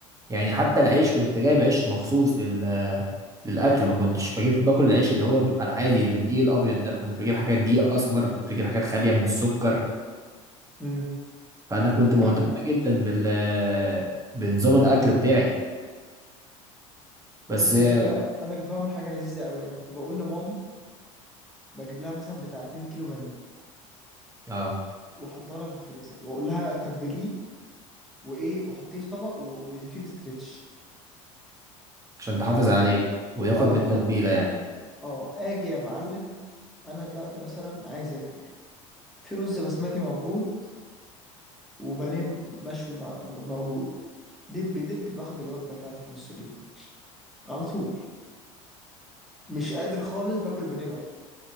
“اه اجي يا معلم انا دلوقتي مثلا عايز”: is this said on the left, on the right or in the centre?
Centre